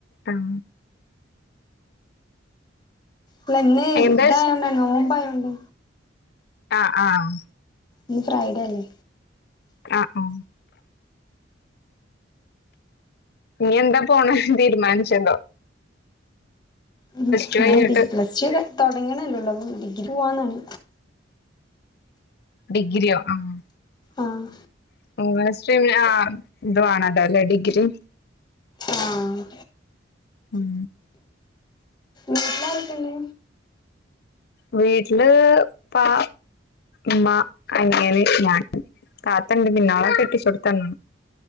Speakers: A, on the left; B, on the left.
A: ആഹ്
B: ഇല്ല ഇന്ന്
A: എന്താച്ച
B: ഇതായോണ്ടാ നോമ്പായോണ്ട്
A: ആഹ് ആഹ്
B: ഇന്ന് ഫ്രൈഡേ അല്ലേ
A: ആഹ് ആഹ് ഇനി എന്താ പോണെ തീരുമാനിച്ച്ണ്ടോ
B: ഉം
A: ടു കഴിഞ്ഞിട്ട്
B: ഞാൻ ഡിഗ്ലച്ച് തുടങ്ങ്ണല്ലേള്ളു അപ്പം ഡിഗ്രി പോവാന്നാണ്
A: ഡിഗ്രിയോ ആഹ്
B: ആഹ്
A: <unintelligible> ആഹ് ഇത് വേണല്ലോലെ ഡിഗ്രി
B: ആഹ്
A: ഉം
B: വീട്ടിലാരൊക്കെ ഇണ്ട്
A: വീട്ടില് ഉപ്പാ ഉമ്മ അനിയന് ഞാന് താത്ത ണ്ട് പിന്നെ ഓളെ കെട്ടിച്ചോട്ത്താണ്